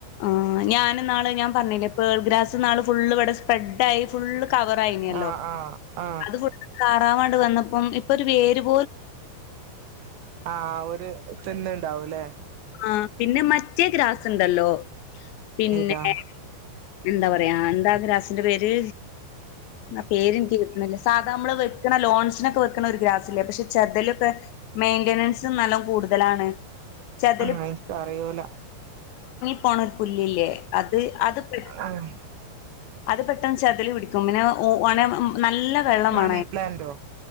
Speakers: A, on the left; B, on the right.
A: ആ ഞാന് ന്നാള് ഞാൻ പറഞ്ഞില്ലേ പേൾ ഗ്രസ്സ് ഫുള്ള് ഇവിടെ സ്പ്രെഡായി ഫുള്ള് കവറായിന്നല്ലോ
B: ആ
A: <unintelligible>
B: ആ ആ
A: <unintelligible> വാണ്ട് വന്നപ്പം ഇപ്പൊ ഒരു വേരും
B: ആ ഒരു തുന്നുണ് ഉണ്ടാവുലേ.
A: ആ പിന്നെ മറ്റേ ഗ്രാസുണ്ടല്ലോ പിന്നെ
B: ഇതാ
A: എന്താ പറയാ എന്താ. ഗ്രാസിന്റെ പേര് ആ പേര്ൻക്ക് കിട്ട്ണില്ല സാധാ നമ്മള് വെക്കണ ലോൺസിനൊക്കെ വെക്കണ ഒരു ഗ്രാസില്ലേ? പക്ഷെ ചെതലൊക്കെ മെയിന്റനൻസ് നല്ല കൂടുതലാണ്. ചെതല്
B: ആ എനിക് അറിയൂല.
A: കോണർ പുല്ലില്ലേ. അത് അത് പെട്ട
B: ആഹ്
A: അത് പെട്ടെന്ന് ചെതല് പിടിക്കും പിന്നെ ഓന നല്ല വെള്ളം
B: മണി
A: മാണം
B: പ്ലാന്റോ